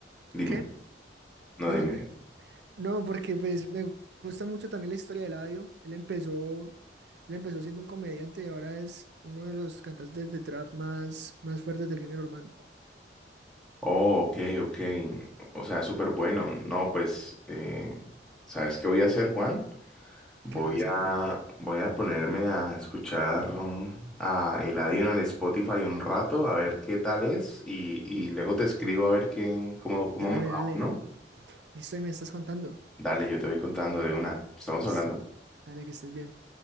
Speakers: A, in the centre; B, on the right (about 70°).
A: Dime,
B: ¿qué?
A: no,
B: No,
A: dime. dime.
B: No, porque pues me gusta mucho también la historia de Eladio. Él empezó, él empezó siendo un comediante y ahora es uno de los cantantes de trap más, más fuertes del género urbano.
A: Oh, ok, ok. O sea, súper bueno. No, pues, eh, ¿sabes qué voy a hacer, Juan? Voy
B: ¿Qué vas a hacer?
A: a, voy a ponerme a escuchar mm, a Eladio en el Spotify un rato, a ver qué tal es, y, y luego te escribo a ver qué, cómo, cómo
B: Dale,
A: me va,
B: dale.
A: ¿no?
B: Listo, y me estás contando.
A: Dale, yo te voy contando de una. Estamos
B: Listo.
A: hablando.
B: Dale, que estés bien.